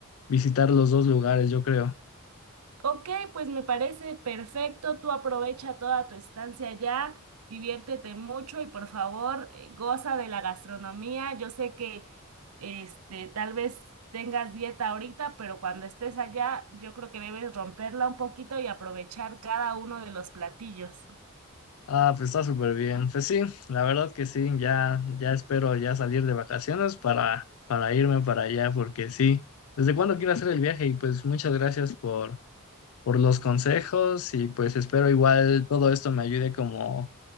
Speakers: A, on the left (about 75°); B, on the right (about 85°).
A: visitar los dos lugares, yo creo.
B: Ok, pues me parece perfecto. Tú aprovecha toda tu estancia allá, diviértete mucho y por favor, eh, goza de la gastronomía. Yo sé que este tal vez tengas dieta ahorita, pero cuando estés allá, yo creo que debes romperla un poquito y aprovechar cada uno de los platillos.
A: Ah, pues está súper bien. Pues sí, la verdad que sí, ya, ya espero ya salir de vacaciones para, para irme para allá, porque sí. ¿Desde cuándo quiero hacer el viaje? Y pues muchas gracias por por los consejos y pues espero igual todo esto me ayude como